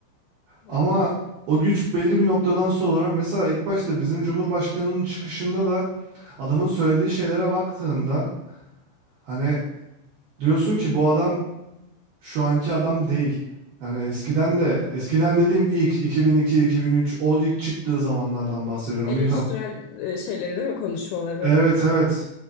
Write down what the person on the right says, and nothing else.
Ama
o güç belli bir noktadan sonra mesela ilk başta bizim Cumhurbaşkanı'nın çıkışında da adamın söylediği şeylere baktığında hani diyorsun ki bu adam Şu anki adam değil. Yani eskiden de
eskiden dediğim ilk 2002-2003 o ilk çıktığı zamanlardan bahsediyorum.
Bu ilk ab-
Evet evet.